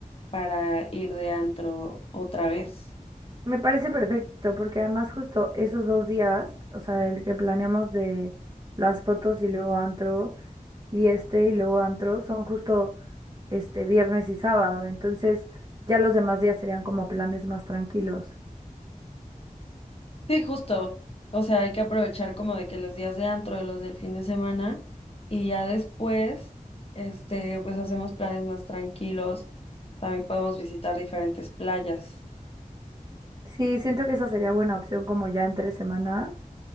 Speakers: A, on the left; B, on the right.
A: para ir de antro otra vez.
B: Me parece perfecto, porque además justo esos dos días, o sea, el que planeamos de las fotos y luego antro, y este y luego antro, son justo este viernes y sábado. Entonces ya los demás días serían como planes más tranquilos.
A: Sí, justo. O sea, hay que aprovechar como de que los días de antro, los del fin de semana, y ya después, este, pues hacemos planes más tranquilos. También podemos visitar diferentes playas.
B: Sí, siento que esa sería buena opción como ya entre semana.